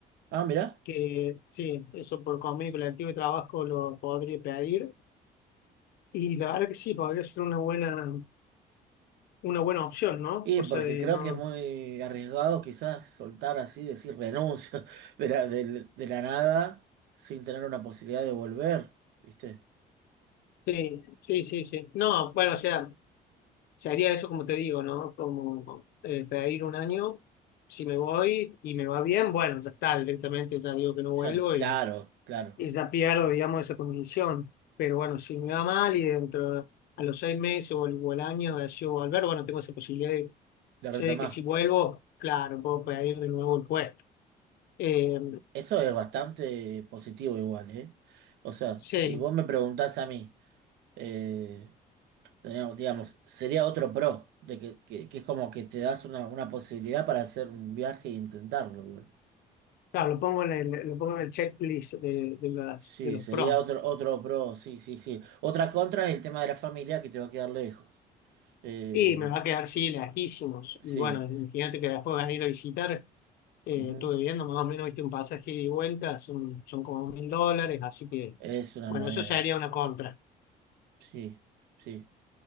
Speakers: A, on the right; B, on the left.
A: Ah, mirá.
B: que sí, eso por convenio colectivo de trabajo lo podría pedir. Y la verdad que sí, podría ser una buena, una buena opción, ¿no?
A: Y
B: Cosa
A: porque
B: de
A: creo
B: no.
A: que es muy arriesgado quizás soltar así, decir renuncio <laughs> de la, del- de la nada sin tener una posibilidad de volver, ¿viste?
B: Sí, sí, sí, sí. No, bueno, o sea, se haría eso como te digo, ¿no? Como eh, pedir un año, si me voy y me va bien, bueno, ya está, directamente ya digo que no vuelvo
A: Ya, claro,
B: y
A: claro,
B: y ya pierdo, digamos, esa condición. Pero bueno, si me va mal y dentro de- a los seis meses o el, o el año decido volver, bueno, tengo esa posibilidad de,
A: de
B: sé
A: retomar.
B: de que si vuelvo, claro, puedo pedir de nuevo el puesto. Eh,
A: Eso es bastante positivo igual, ¿eh? O sea,
B: sí,
A: si vos me preguntás a mí, eh, teníamos- digamos, sería otro pro, de que, que- que es como que te das una, una posibilidad para hacer un viaje e intentarlo igual.
B: claro, lo pongo en el, lo pongo en el checklist de, de, las-
A: Sí,
B: de los
A: sería
B: pros.
A: otro, otro pro, sí, sí, sí. Otra contra es el tema de la familia que te va a quedar lejos. Eh,
B: Y me va a quedar, sí, lejísimos.
A: sí,
B: Y bueno, imagínate que después van a ir a visitar. Eh,
A: ujú,
B: estuve viendo más o menos, viste, un pasaje ida y vuelta, son, son como mil dólares, así que,
A: Es una
B: bueno,
A: moneda.
B: eso sería una contra
A: Sí, sí,